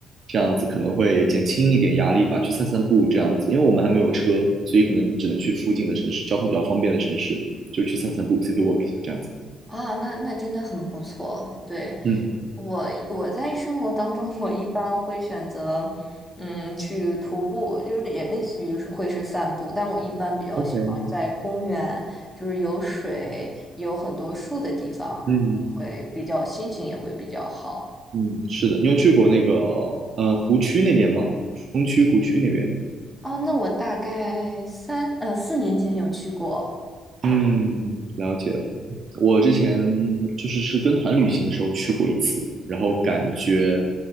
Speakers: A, on the right; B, in the centre.
A: 这样子可能会减轻一点压力吧，去散散步这样子。因为我们还没有车，所以可能只能去附近的城市，交通比较方便的城市，就去散散步，city walk 一下这样子。
B: 啊，那那真的很不错，对。
A: 嗯
B: 我我在生活当中，<laughs> 我一般会选择，嗯，去徒步，就是也类似于是会是散步，但我一般比较喜欢在公园，
A: ，OK，
B: 就是有水、有很多树的地方，
A: 嗯
B: 会比较心情也会比较好
A: 嗯，是的，你有去过那个呃湖区那边吗？风区湖区那边？
B: 啊。那我大概三呃四年前有去过。
A: 嗯，了解了。我之前就是是跟团旅行的时候去过一次，然后感觉，